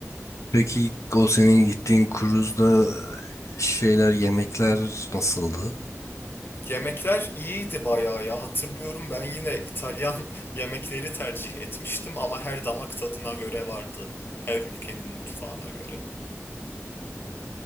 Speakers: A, on the left; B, on the left.
A: Peki o senin gittiğin cruise'da e, şeyler, yemekler nasıldı?
B: Yemekler iyiydi bayağı ya. Hatırlıyorum ben yine İtalyan <laughs> yemekleri tercih etmiştim ama her damak tadına göre vardı. Her ülkenin mutfağına göre.